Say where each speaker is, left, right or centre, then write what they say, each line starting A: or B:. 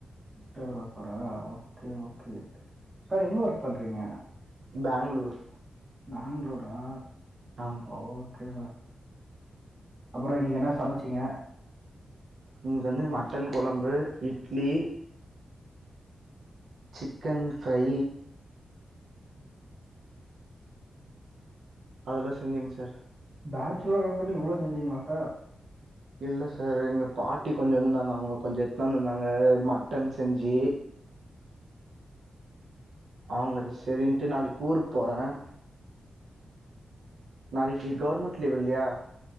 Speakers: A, on the right; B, on the right.
A: டெவலப்பரா ஓகே ஓகே சரி எங்க ஒர்க் பண்றீங்க
B: பேங்களூர்
A: பேங்களூரா
B: ஆம்
A: ஓகே அப்பறம் இன்னிக்கு என்ன சமைச்சீங்க
B: இன்னிகக்கு வந்து மட்டன் கொழம்பு இட்லி சிக்கன் ஃப்ரை அதெல்லாம் செஞ்சீங்க சார்
A: பேட்சுலரா இருந்துட்டு இவ்ளோ செஞ்சிங்களா சார்
B: இல்ல சார் எங்க பாட்டி கொஞ்சம் நின்னுருந்தாங்க அவுங்க கொஞ்சம் எடுத்து வந்திருந்தாங்க மட்டன் செஞ்சு அவுங்க சரிங்ட்டு நாளைக்கு ஊருக்கு போறேன் நாளைக்கு கவர்மெண்ட் லீவ் இல்லையா